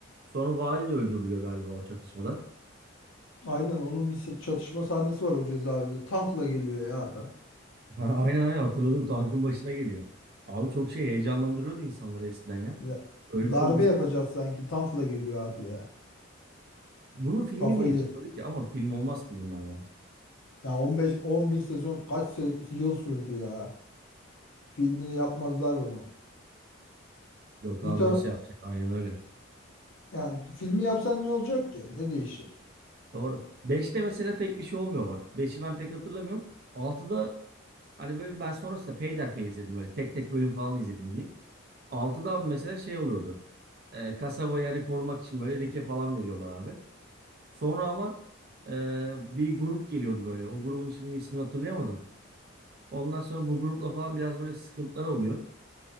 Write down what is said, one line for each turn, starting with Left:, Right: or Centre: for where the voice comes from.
Right: Sonra vali de öldürülüyor galiba o çatışmada. <laughs>
Left: Aynen onun bir se- çatışma sahnesi var o cezaevinde. Tankla geliyor ya adam.
Right: Ha, aynen aynen hatırladım tankın başına geliyor. Abi çok şey heyecanlandırıyordu insanları eskiden ya.
Left: Ya
Right: Öyle
Left: darbe
Right: çok güzel.
Left: yapacak sanki tankla geliyor abi ya.
Right: Bunun filmi
Left: Kafayı.
Right: niye çıkmadı ki? Ama film olmaz ki bundan ya.
Left: Ya 15 11 sezon kaç se- yıl sürdü ya. Filmini yapmazlar bunu.
Right: Yok abi
Left: Bir ton
Right: nasıl yapacak? Aynen öyle.
Left: yani filmi yapsan ne olacak ki? Ne değişecek?
Right: Doğru. beşte mesela pek bir şey olmuyor bak. beşi ben pek hatırlamıyorum. altıda hani böyle ben sonrasında peyderpey izledim böyle tek tek bölüm falan izledim diye. Altıda abi mesela şey oluyordu. E, kasaba yani korumak için böyle leke falan veriyorlar abi. Sonra ama e, bir grup geliyordu böyle. O grubun şimdi ismini hatırlayamadım. Ondan sonra bu grupla falan biraz böyle sıkıntılar oluyor.